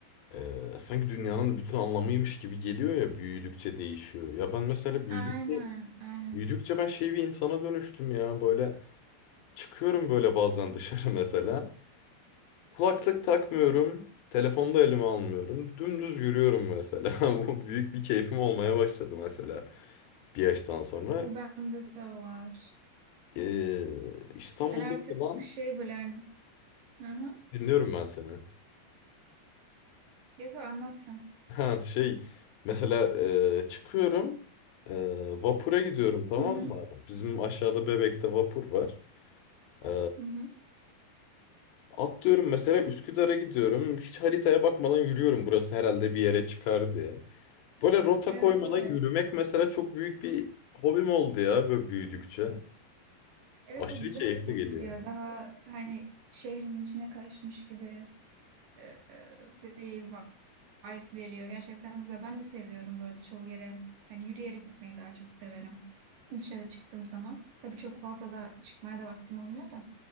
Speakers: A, on the left; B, on the right.
A: e, sanki dünyanın bütün anlamıymış gibi geliyor ya büyüdükçe değişiyor. Ya ben mesela büyüdük
B: Aynen, aynen.
A: büyüdükçe ben şey bir insana dönüştüm ya böyle çıkıyorum böyle bazen dışarı <laughs> mesela. Kulaklık takmıyorum. Telefonu da elime almıyorum. Dümdüz yürüyorum mesela. <laughs> Bu büyük bir keyfim olmaya başladı mesela bir yaştan sonra.
B: O bende de var.
A: Ee, İstanbul'da
B: Ben artık
A: falan
B: şey böyle... yani- Hı hı.
A: dinliyorum ben seni.
B: Yok, anlatsın.
A: Ha şey mesela e, çıkıyorum e, vapura gidiyorum tamam
B: Hı hı.
A: mı? Bizim aşağıda Bebek'te vapur var. Ee,
B: Hı hı.
A: atlıyorum mesela Üsküdar'a gidiyorum. Hiç haritaya bakmadan yürüyorum. Burası herhalde bir yere çıkar diye. Böyle rota
B: Evet,
A: koymadan
B: evet.
A: yürümek mesela çok büyük bir hobim oldu ya böyle büyüdükçe.
B: Evet
A: Aşırı
B: o güzel
A: keyifli
B: hissettiriyor.
A: geliyor.
B: Daha hani şehrin içine karışmış gibi e, e, bir vibe veriyor. Gerçekten güzel. Ben de seviyorum böyle çoğu yere. Hani yürüyerek gitmeyi daha çok severim. Dışarı çıktığım zaman. Tabii çok fazla da çıkmaya da vaktim olmuyor da.